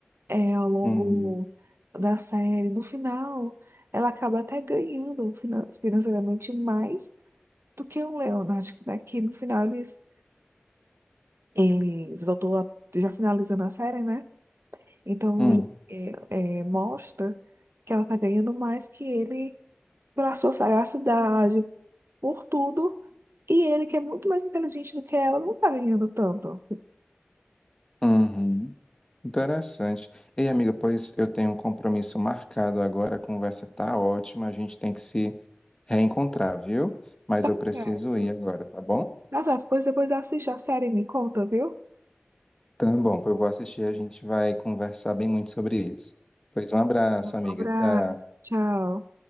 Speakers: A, on the right; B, on the left.
A: É, ao longo
B: Uhum.
A: da série. No final, ela acaba até ganhando finan- financeiramente mais do que o Leonard, né? Que no final eles, eles voltou a- já finalizando a série, né? Então,
B: Hum.
A: é, é, mostra que ela tá ganhando mais que ele pela sua sagacidade, por tudo. E ele, que é muito mais inteligente do que ela, não tá ganhando tanto.
B: Uhum. Interessante. Ei, amiga, pois eu tenho um compromisso marcado agora, a conversa tá ótima, a gente tem que se reencontrar, viu? Mas
A: Tá
B: eu preciso
A: certo.
B: ir agora, tá bom?
A: Tá certo, pois depois assiste a série e me conta, viu?
B: Tá bom, eu vou assistir, e a gente vai conversar bem muito sobre isso. Pois um abraço,
A: Um
B: amiga.
A: abraço.
B: Tchau.
A: Tchau.